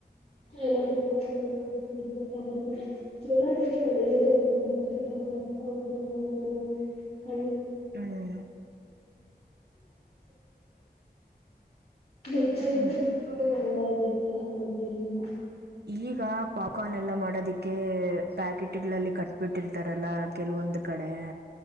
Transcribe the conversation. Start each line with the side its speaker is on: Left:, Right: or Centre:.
Left: ಎಲ್ಲ ತಿಳ್ಕೊಬೇಕು ಇದ್ರ ಬಗ್ಗೆ ಅದ್ರ ಬಗ್ಗೆ <unintelligible> ಉಪಯೋಗರು <unintelligible> ಗೆ
Right: ಹ್ಮ್
Left: ರೈತರಿಂದ
Right: ಹ್ಮ್
Left: ಉಪ್ಯೋಗಗಳೆಲ್ಲ ಇದೆ ಅಂತ ನಂಗೆ ಗೊತ್ತಿರ್ಲಿಲ್ಲ
Right: ಈಗ ಪಾಪ್ಕಾರ್ನ್ ಎಲ್ಲ ಮಾಡೋದಿಕ್ಕೆ ಪ್ಯಾಕೆಟ್ಗಳಲ್ಲಿ ಕಟ್ಬಿಟ್ಟಿರ್ತಾರಲ್ಲ ಕೆಲವೊಂದು ಕಡೆ